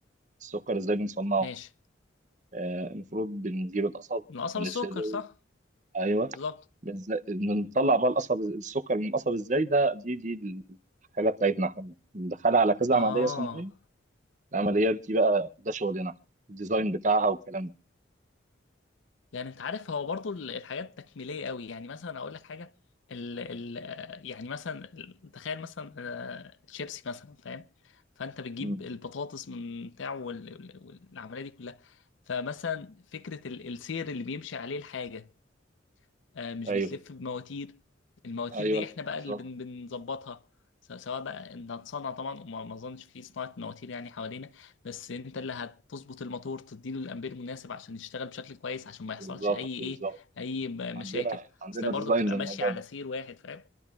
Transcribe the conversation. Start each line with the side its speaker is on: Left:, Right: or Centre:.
Right: السكر ازاي بنصنعه
Left: ماشي
Right: آه، المفروض بنجيب القصب
Left: القصب
Right: ونغسله
Left: السكر صح
Right: ايوه
Left: بالظبط
Right: بنز- بنطلع بقى القصب السكر من القصب ازاي ده دي دي الحاجه بتاعتنا احنا بندخلها على كذا
Left: اه
Right: عمليه صناعيه العمليات دي بقى ده شغلنا الديزاين بتاعها والكلام ده
Left: يعني انت عارف هو برضو ال- الحاجات تكميليه قوي يعني مثلا اقول لك حاجه ال ال يعني مثلا ال- تخيل مثلا آه، شيبسي مثلا فاهم فانت بتجيب
Right: مم.
Left: البطاطس من بتاعه وال- وال- والعمليه دي كلها فمثلا فكره ال- السير اللي بيمشي عليه الحاجه آه، مش
Right: ايوه
Left: بتلف بمواتير المواتير
Right: ايوه
Left: دي احنا بقى
Right: بالظبط
Left: اللي بن- بنظبطها س- سواء بقى انت هتصنع طبعا وما ما اظنش في صناعة مواتير يعني حوالينا بس انت اللي هتظبط الموتور تديله الامبير المناسب عشان يشتغل بشكل كويس عشان ما يحصلش
Right: بالظبط
Left: اي
Right: بالظبط
Left: ايه اي ب- مشاكل
Right: عندنا عندنا
Left: اصل هي
Right: ديزاين
Left: برضه بتبقى
Right: للموضوع
Left: ماشية على
Right: ده
Left: سير واحد فاهم